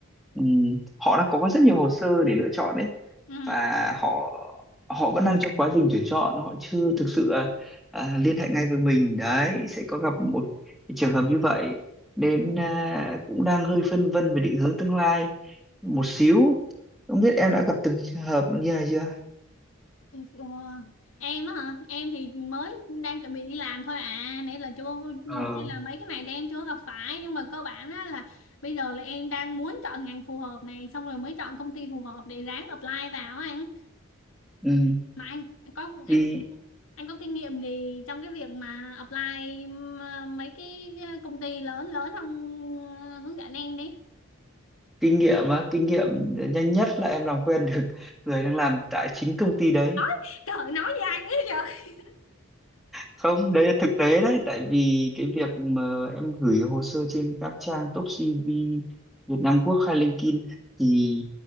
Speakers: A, in the centre; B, on the left.
A: Ừm, họ đã có rất nhiều hồ sơ để lựa chọn đấy
B: Ừ.
A: và họ họ vẫn đang trong quá trình tuyển chọn họ chưa thực sự à, à, liên hệ ngay với mình đấy sẽ có gặp một cái trường hợp như vậy nên à, cũng đang hơi phân vân về định hướng tương lai một xíu không biết em đã gặp từng trường hợp như này chưa
B: Ủa, Em á hả? Em thì mới đang chuẩn bị đi làm thôi à. Nãy là chưa nên
A: ờ
B: là mấy cái này thì em chưa gặp phải nhưng mà cơ bản á là bây giờ là em đang muốn chọn ngành phù hợp này xong rồi mới chọn công ty phù hợp để ráng apply vào á anh.
A: ừ.
B: Mà anh có anh
A: thì
B: có anh có kinh nghiệm gì trong cái việc mà apply m- mấy cái công ty lớn lớn không Ờ, hướng dẫn em đi.
A: kinh nghiệm á kinh nghiệm nhanh nhất là em làm quen được người đang làm tại chính công ty đấy
B: Nói, trời ơi, nói với anh ấy trời
A: không đấy là thực tế đấy tại vì cái việc mà em gửi hồ sơ trên các trang top CV Việt Nam Quốc hay LinkedIn thì